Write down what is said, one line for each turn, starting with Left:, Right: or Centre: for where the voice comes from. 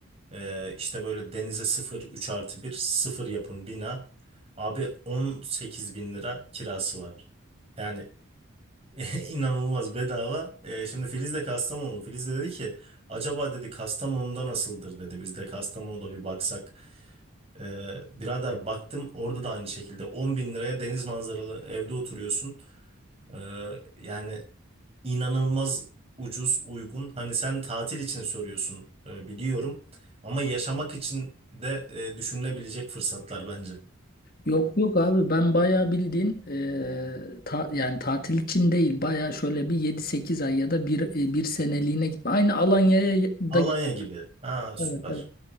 Right: ee, işte böyle denize sıfır üç artı bir sıfır yapım bina. Abi on sekiz bin lira kirası var. Yani <laughs> İnanılmaz bedava. Ee, şimdi Filiz de Kastamonlu. Filiz de dedi ki acaba dedi Kastamonu'da nasıldır dedi. Biz de Kastamonu'da bir baksak. Ee, birader baktım orada da aynı şekilde 10 bin liraya deniz manzaralı evde oturuyorsun. Ee, yani inanılmaz ucuz uygun. Hani sen tatil için soruyorsun e, biliyorum. Ama yaşamak için de e, düşünülebilecek fırsatlar bence.
Left: Yok yok abi ben bayağı bildiğin e, ta- yani tatil için değil bayağı şöyle bir yedi sekiz ay ya da bir, e, bir seneliğine gitme. Aynı Alanya'ya da
Right: Alanya
Left: evet,
Right: gibi. Ha süper.
Left: evet.